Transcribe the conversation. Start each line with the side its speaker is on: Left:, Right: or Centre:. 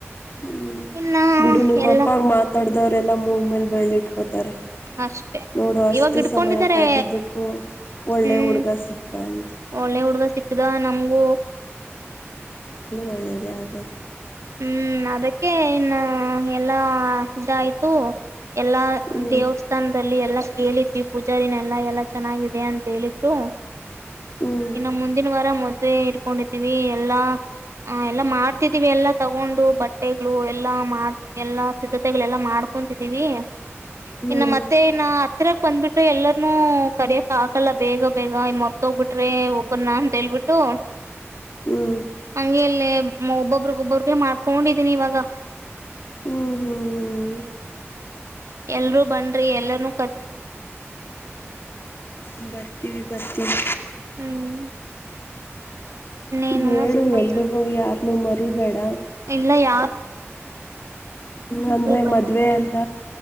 Left: ಹ್ಮ್
Right: ಇನ್ನ
Left: ಬಿಡು ನಿಮ್ಮ
Right: ಎಲ್ಲ
Left: ಅಪ್ಪಾಗ ಮಾತಾಡ ಇದವರೆೆಲ್ಲ ಮೂಗ ಮೇಲೆ ಬೆರಾಳ್ಳಿಟ್ಕೋತಾರೆ
Right: ಅಷ್ಟೆ
Left: ನೋಡು ಅಷ್ಟು
Right: ಇವಾಗ ಇಡ್ಕೊಂಡಿದ್ದಾರೆ
Left: ಸಮಯ ಕಾದಿದ್ದಕ್ಕೂ ಒಳ್ಳೆ
Right: ಹ್ಮ್
Left: ಹುಡ್ಗ ಸಿಕ್ಕಂತ
Right: ಒಳ್ಳೆ ಹುಡ್ಗ ಸಿಕ್ಕದ ನಮಗೂ
Left: ಒಳ್ಳೆಯದೇ ಆಗೋದು
Right: ಹ್ಮ್ ಅದಕ್ಕೆ ಇನ್ನು ಎಲ್ಲ ಇದ ಆಯ್ತು ಎಲ್ಲಾ
Left: ಹ್ಮ್
Right: ದೇವಸ್ಥಾನದಲ್ಲಿ ಎಲ್ಲಾ ಕೇಳಿದ್ವಿ ಪೂಜಾ ದಿನ ಎಲ್ಲಾ ಎಲ್ಲ ಚೆನ್ನಾಗಿದೆ ಅಂತ ಹೇಳಿದ್ರು
Left: ಹ್ಮ್
Right: ಇನ್ನು ಮುಂದಿನ ವಾರ ಮ ಮ ಇಡ್ಕೊಂಡಿದೀವಿ ಎಲ್ಲಾ ಎಲ್ಲಾ ಮಾಡ್ತಿದೀವಿ ಎಲ್ಲಾ ತಗೊಂಡು ಬಟ್ಟೆಗಳು ಎಲ್ಲಾ ಮಾಡ ಎಲ್ಲಾ ಸಿದ್ಧತೆಗಳೆಲ್ಲಾ ಮಾಡ್ಕೊಂತಿದ್ದೀವಿ
Left: ಹ್ಮ್
Right: ಇನ್ನು ಮತ್ತೆ ಇನ ಹತ್ತಿರಕ್ ಬಂದ್ಬಿಟ್ರೆ ಎಲ್ಲರನುೂ ಕಡಿಯಕ್ ಹಕಲ್ಲ ಬೇಗ ಬೇಗ ಮರ್ತ ಹೋಗ್ಬಿಟ್ರಿ ಒಬ್ಬರ್ನ ಅಂತೇಳ್ಬಿಟ್ಟು
Left: ಹ್ಮ್
Right: ಹಂಗ ಅಲ್ಲೇ <unintelligible> ಮಾಡ್ಕೊಂಡಿದೀನಿ ಇವಾಗ
Left: ಹ್ಮ್ ಹ್ಮ್ ಹ್ಮ್
Right: ಎಲ್ರೂ ಬನ್ ರಿ ಎಲ್ಲನೂ
Left: <inaudible> ಬರ್ತಿವಿ ಬರ್ತೀವಿ
Right: ಹ್ಮ್ ಇನ್ನೇನು
Left: ಹೇಳು
Right: ಸಮಾಚಾರ
Left: ಎಲ್ರಿಗೋ ಯಾರ್ ನುಮ್ಮರಿಬೇಡ
Right: ಇಲ್ಲ ಯಾ
Left: ಹ್ಮ ಅಂದ್ರೆ
Right: ಬನ್ನಿ
Left: ಮದ್ವೆ ಅಲ್ಲ